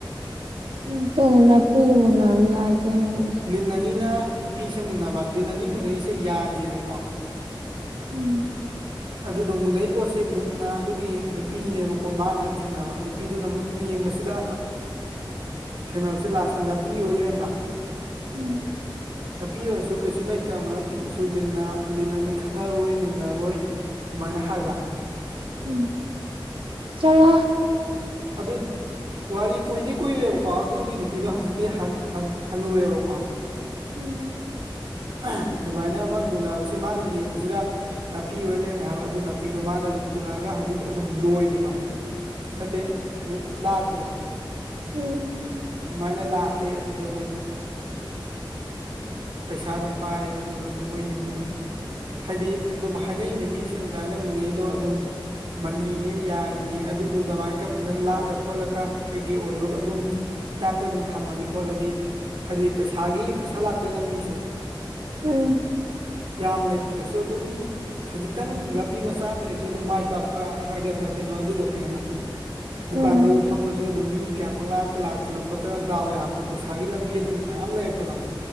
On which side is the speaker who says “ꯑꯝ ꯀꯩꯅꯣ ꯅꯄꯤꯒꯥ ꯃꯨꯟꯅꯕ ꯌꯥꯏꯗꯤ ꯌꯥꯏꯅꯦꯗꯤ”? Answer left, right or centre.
Right